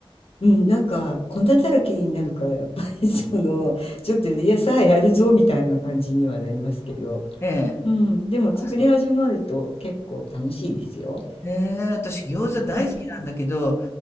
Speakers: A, on the left; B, on the left.
A: う。うん、なんか、粉だらけになるから、やっぱり <laughs> その、ちょっと、いや、さあやるぞ、みたいな感じにはなりますけど、
B: ええ。
A: うん、でも作り始まると結構楽しいですよ。
B: あ、そへえ、私餃子大好きなんだけど、
A: うん、